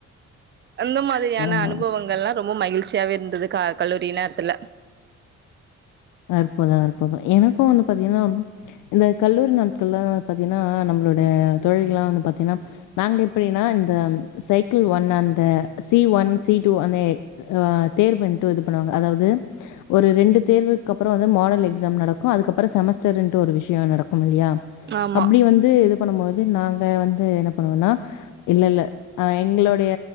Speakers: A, on the right (about 40°); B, on the left (about 90°).
A: அந்த மாதிரியான
B: ஆமா
A: அனுபவங்கள்ல்லா ரொம்ப மகிழ் ச்சியாவே இருந்தது கல்லூரி நேரத்துல
B: இருப்பதா தா எனக்கு வந்து பாத்தீங்கனா இந்த கல்லூரி நாட்கள்ல பாத்தீங்கனா நம்மளோட தோழிகள்ளெல்லாம் வந்து பாத்தீங்கனா நாங்க எப்டினா இந்த சைக்கிள் ஒன் அந்த சி ஒன் சி டூ அந்த அ தேர்வுன்ட்டு இது பண்ணுவாங்க அதாவது ஒரு ரெண்டு தேர்வு அப்புறோம் வந்து மாடல் எக்ஸாம் நடக்கும் அதுக்கப்புறம் செமஸ்டர்ன்ட்டு ஒரு விஷயம் நடக்குமில்லையா
A: ஆமா
B: அப்டி வந்து இது பண்ணும் போது நாங்க வந்து என்ன பண்ணுவோனா இல்ல இல்ல ஆ எங்களுடைய